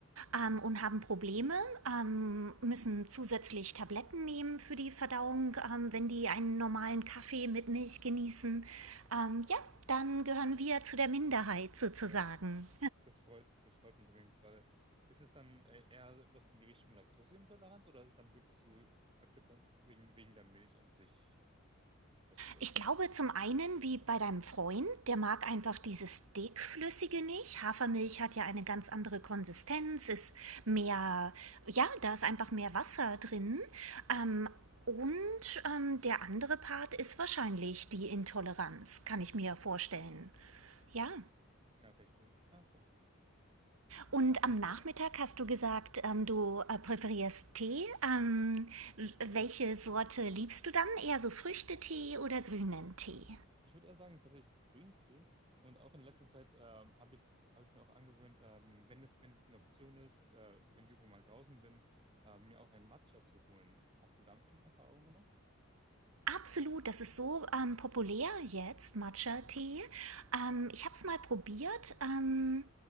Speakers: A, on the right; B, on the right.
A: Mhm.
B: ähm, und haben Probleme, ähm, müssen zusätzlich Tabletten nehmen für die Verdauung, ähm, wenn die einen normalen Kaffee mit Milch genießen. Ähm, ja, dann gehören wir zu der Minderheit sozusagen.
A: Da- Das freut, das freut mich auf jeden Fall. Ist es dann äh, eher was in die Richtung Laktoseintoleranz oder ist es dann wirklich so Akzeptanz wegen, wegen der Milch an sich? Weißt du das?
B: Ich glaube zum einen, wie bei deinem Freund, der mag einfach dieses dickflüssige nicht. Hafermilch hat ja eine ganz andere Konsistenz, ist mehr, ja, da ist einfach mehr Wasser drin.
A: Mhm.
B: Ähm, und ähm, der andere Part ist wahrscheinlich die Intoleranz, kann ich mir vorstellen. Ja.
A: Ja, verstehe ich. Ah,
B: Und
A: Ha- Hast
B: am Nachmittag
A: du,
B: hast du gesagt, ähm, du äh, präferierst Tee. Ähm,
A: genau.
B: welche Sorte liebst du dann? Eher so Früchtetee oder grünen Tee?
A: Ich würde eher sagen, tatsächlich Grüntee. Und auch in letzter Zeit ähm, habe ich, habe ich mir auch angewöhnt, ähm, wenn es, wenn es eine Option ist, äh, wenn ich irgendwo mal draußen bin, ähm, mir auch einen Matcha zu holen. Hast du damit schon mal Erfahrungen gemacht?
B: Absolut, das ist so ähm, populär jetzt, Matcha-Tee.
A: Mhm.
B: Ähm, ich habe es mal probiert. Ähm,